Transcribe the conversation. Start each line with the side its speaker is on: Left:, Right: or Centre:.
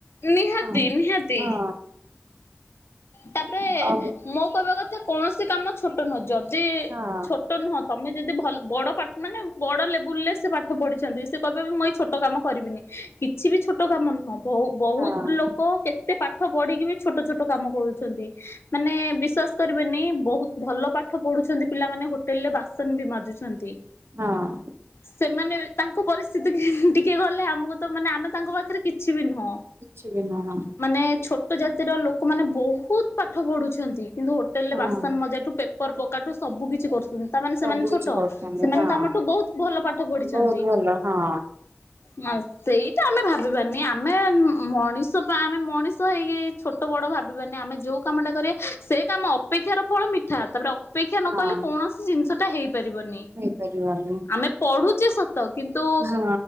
Left: ନିହାତି
Right: ହଁ
Left: ନିହାତି।
Right: ହଁ
Left: ତାପରେ
Right: ହଁ
Left: ମୋ କଇବା କଥା କୌଣସି କାମ ଛୋଟ ନୁହଁ ଯଦି
Right: ହଁ
Left: ଛୋ ଟ ନୁହଁ ତମେ ଯଦି ଭଲ୍ ବଡ ପାଟ୍ ମାନେ ବଡ ଲେବୁଲଲେ ସିଏ ପାଠ ପଢିଛନ୍ତି ସିଏ କଇବ କି ମୁଁ ଏଇ ଛୋ ଟ କାମ କରିବିନି। କିଛି ବି ଛୋଟ କାମ ନୁହଁ ବହୁ ବହୁତ
Right: ହଁ।
Left: ଲୋକ କେତେ ପାଠ ପଢିକି ବି ଛୋଟ ଛୋଟ କାମ କରୁଛନ୍ତି ମାନେ ବିଶ୍ଵାସ କରିବେନି ବୋହୁତ ଭଲ ପାଠ ପଢୁଛନ୍ତି ପିଲାମାନେ ହୋଟେଲରେ ବାସ୍ ସନ୍ ବି ମାଜୁଛନ୍ତି।
Right: ହଁ
Left: ସେମାନେ ତାଙ୍କ ପରିସ୍ଥିତିକି ହିଁ ହିଁ ଟିକେ ଗଲେ ଆମକୁ ତ ମାନେ ଆମେ ତାଙ୍କ ପାଖେରେ କିଛି ବି ନୁହଁ।
Right: ଛି ବି ନୁହଁ।
Left: ମାନେ ଛୋଟ ଜାତିର ଲୋକମାନେ ବୋହୁତ ପାଠ ପଢୁଛନ୍ତି କିନ୍ତୁ ଟେଲରେ
Right: ହଁ
Left: ବାସନ ମଜା ଠୁ ପେପର ପକା ଠୁ ସବୁ କିଛି କରୁ <unintelligible> ତା ମାନେ
Right: ସବୁ
Left: ସେମାନେ
Right: କିଛି
Left: ଛୋଟ
Right: କରୁଛନ୍ତି
Left: ସେମାନେ
Right: ହଁ।
Left: ତ ଆମଠୁ ବୋହୁତ ଭଲ ପାଠ ପଢିଛନ୍ତି।
Right: ବହୁତ ଭଲ ହଁ
Left: ନା ସେଇଟା ଆମେ ଭାବିବାନି ଆମେ ଉଁ ଉଁ ମଣିଷ ପା ଆମେ ମଣିଷ ହେଇକି ଛୋଟ ବଡ ଭାବିବାନି ଆମେ ଯୋଉ କାମଟା କରିବା ସେ କାମ ଅପେକ୍ଷାର ଫଳ ମିଠା ତାପରେ ଅ ପେକ୍ଷା ନ
Right: ହଁ
Left: କଲେ କୌଣସି ଜିନିଷଟା ହେଇପାରିବନି।
Right: ହେଇପାରିବନି।
Left: ଆମେ ପଢୁଛେ ସତ, କିନ୍ତୁ
Right: ହଁ